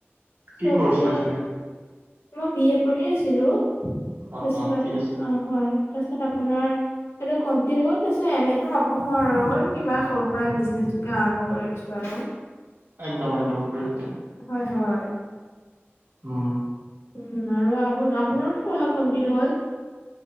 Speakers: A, on the left (about 75°); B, on the right (about 55°).
A: পিছতে
B: কি কৌৰ্চ লৈছিলে?
A: মই বি এ পঢ়ি আছিলো। তাৰপিছত
B: অ অ
A: আপোন
B: ঠিক আছে
A: অ' হয়, তাৰপিছত আপোনাৰ এইটো কমপ্লিট হ'ল তাৰপিছত এম এ টো নপঢ়ো আৰু কিবা সৰু সুৰা বিজনেছকে আৰম্ভ কৰি দিছো আৰু। <inaudible>
B: একদম একদম কৰিম কৰিম।
A: হয়, হয়।
B: উম।
A: উম, আৰু আপো আপোনাৰোতো পঢ়া কমপ্লিট হ'ল?